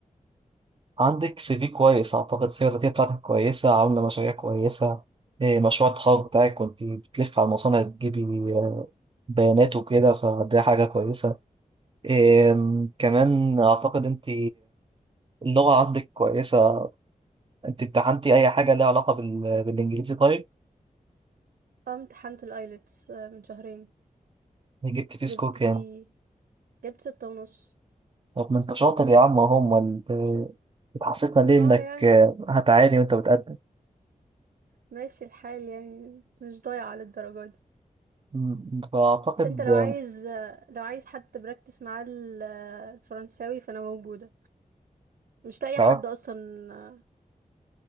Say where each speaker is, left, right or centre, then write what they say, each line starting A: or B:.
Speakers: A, on the right (about 35°); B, on the right (about 85°).
A: عندك سي في كويس أعتقد السيرة الذاتية بتاعتك كويسة عاملة مشاريع كويسة إيه، مشروع التخرج بتاعك كنت بتلف على المصانع تجيبي بيانات وكده فدي حاجة كويسة إم، كمان أعتقد أنت اللغة عندك كويسة أنت امتحنتي أي حاجة ليها علاقة بال... بالإنجليزي طيب
B: اه امتحنت الايلتس آه، من شهرين
A: جبت فيه
B: جبت
A: سكور كام؟
B: فيه جبت ستة ونص
A: طب ما أنت شاطر يا عم أهو أمال ب- بتحسسنا ليه
B: اه
A: إنك
B: يعني
A: آه، هتعاني وأنت بتقدم
B: ماشي الحال يعني مش ضايعة للدرجة دي
A: م- فأعتقد
B: بس انت لو
A: آه،
B: عايز آه، لو عايز حد براكتس معاه ال- آه، الفرنساوي فانا موجودة مش لاقي
A: تعرف
B: حد اصلا آه،